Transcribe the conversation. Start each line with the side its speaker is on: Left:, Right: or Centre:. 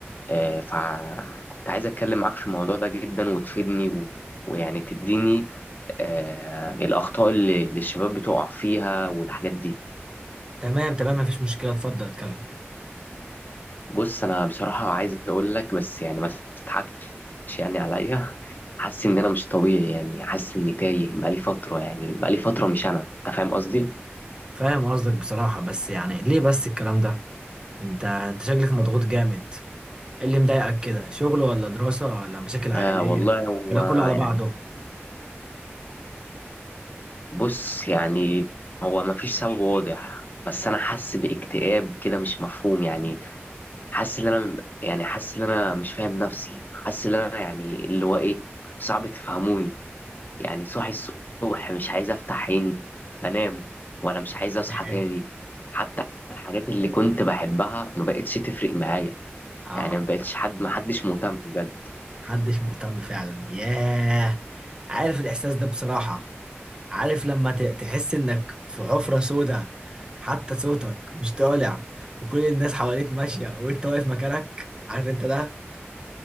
Left: آه، فكنت عايز اتكلم معاك في الموضوع ده جدا وتفيدني و... ويعني تديني آه، الاخطاء اللي اللي الشباب بتقع فيها والحاجات دي
Right: تمام تمام مفيش مشكلة اتفضل اتكلم
Left: بص انا بصراحه عايز اقول لك بس يعني ما تضحكش يعني عليا حاسس ان انا مش طبيعي يعني حاسس اني تايه بقالي فتره يعني بقالي فتره مش انا انت فاهم قصدي
Right: فاهم قصدك بصراحة بس يعني ليه بس الكلام ده انت انت شكلك مضغوط جامد ايه اللي مضايقك كده شغل ولا دراسة ولا مشاكل عائلية
Left: آه والله هو
Right: ولا كله على
Left: يعني
Right: بعضه
Left: بص يعني هو ما فيش سبب واضح بس انا حاسس باكتئاب كده مش مفهوم يعني حاسس ان انا يعني حاسس ان انا مش فاهم نفسي حاسس ان انا يعني اللي هو ايه صعب تفهموني يعني صاحي الصبح مش عايز افتح عيني بنام ولا مش عايز اصحى
Right: <laughs>
Left: تاني
Right: ايه
Left: حتى الحاجات اللي كنت بحبها ما بقتش تفرق معايا
Right: اه
Left: يعني ما بقتش حد ما حدش مهتم بجد
Right: محدش مهتم فعلا ياه عارف الاحساس ده بصراحة عارف لما ت- تحس انك في حفرة سودة حتى صوتك مش طالع وكل الناس حواليك ماشية وانت واقف مكانك عارف انت ده